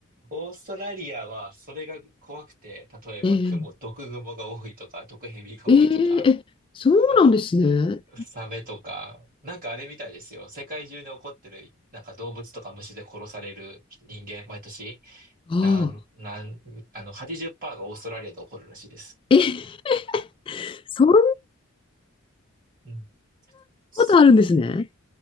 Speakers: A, on the right; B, on the left.
A: オーストラリアはそれが怖くて、例えばクモ、
B: えー、
A: 毒グモが多いとか、毒ヘビが多いとか、
B: えー、え、そうなんですね。
A: あの、サメとか、なんかあれみたいですよ。世界中で起こってる、なんか動物とか虫で殺される人間、毎年、
B: ああ。
A: なん、なん、あの、80%がオーストラリアで起こるらしいです。
B: え、そんな
A: うん。そ
B: ことあるんですね。